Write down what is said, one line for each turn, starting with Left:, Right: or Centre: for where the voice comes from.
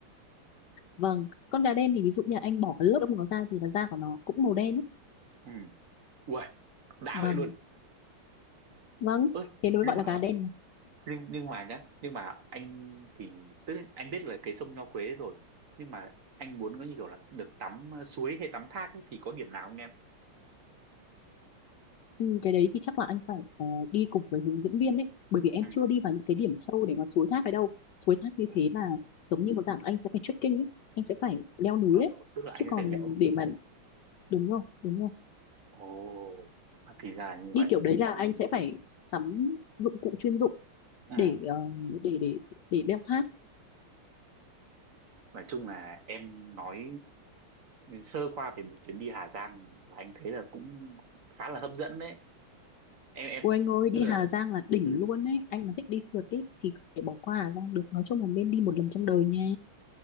Left: vâng con gà đen thì ví dụ như anh bỏ cái lớp đông nó ra thì là da của nó cũng màu đen ấy.
Right: ừ ui đã
Left: vâng
Right: vậy luôn
Left: vâng
Right: ơ
Left: thế nó mới
Right: nhưng
Left: gọi
Right: mà
Left: là gà đen
Right: nhưng nhưng mà nhá nhưng mà anh thì tức là anh biết là cái sông Nho Quế rồi nhưng mà anh muốn có như kiểu là được tắm ờ, suối hay tắm thác ấy, thì có điểm nào không em
Left: Ừ, cái đấy thì chắc là anh phải ờ, đi cùng với hướng dẫn viên đấy bởi vì em
Right: ừ
Left: chưa đi vào những cái điểm sâu để mà suối thác ấy đâu suối thác như
Right: ừ,
Left: thế là
Right: ừ.
Left: giống như một dạng anh sẽ phải trekking ấy anh sẽ phải leo núi
Right: Ờ,
Left: đấy
Right: tức là anh
Left: chứ
Right: ấy
Left: còn
Right: phải leo
Left: để mà đúng không đúng rồi
Right: ồ à, thì ra là như
Left: đi
Right: vậy
Left: kiểu đấy
Right: nói
Left: là
Right: chung
Left: anh sẽ phải sắm dụng cụ chuyên dụng
Right: ừ.
Left: để ờ, để để để leo thác
Right: nói chung là em nói sơ qua về một chuyến đi Hà Giang là anh thấy là cũng khá là hấp dẫn đấy em em
Left: ôi anh ơi đi
Right: tức là
Left: Hà Giang là đỉnh
Right: ừ.
Left: luôn đấy anh mà thích đi phượt ý, thì có thể bỏ qua Hà Giang được nói chung là nên đi một lần trong đời nha